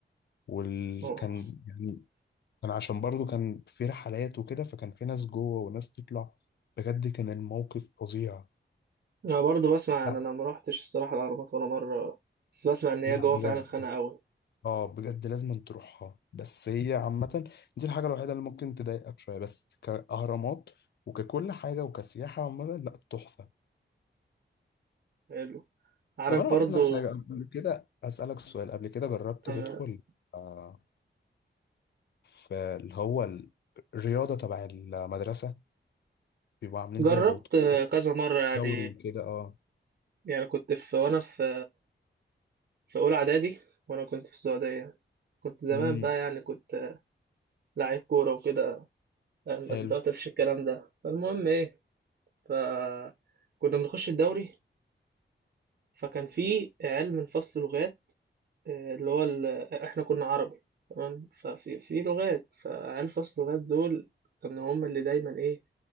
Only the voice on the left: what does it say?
وكان
يعني كان عشان برضو كان في رحلات وكده فكان في ناس جوه وناس تطلع بجد كان الموقف فظيع
لا
لا
بجد
اه بجد لازم أن تروحها بس هي عامة دي الحاجة الوحيدة اللي ممكن تضايقك شوية بس كأهرامات وككل حاجة وكسياحة عموما لا تحفة
طب أنا
أقول لك حاجة قبل كده أسألك سؤال قبل كده جربت
تدخل آه، في اللي هو الرياضة تبع المدرسة بيبقوا عاملين
زي بطولة
دوري وكده اه
امم
حلو